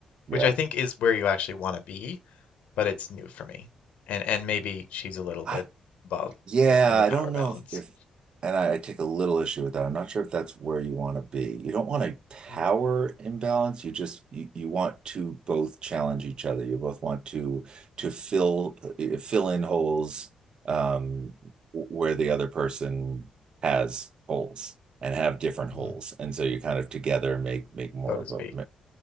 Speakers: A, on the right (about 40°); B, on the left (about 65°).
A: Yeah.
B: which I think is where you actually want to be, but it's new for me. And and maybe she's a little
A: I,
B: bit above
A: Yeah,
B: uh, in the power
A: I don't know
B: balance,
A: if, if and I, I take a little issue with that. I'm not sure if that's where you want to be. You don't want a power
B: mm,
A: imbalance. You just you, you want to both challenge each other. You both want to to fill uh, fill in holes um, where the other person has holes and have different
B: mm,
A: holes. And so you kind of together make make more
B: so to
A: of
B: speak.
A: a,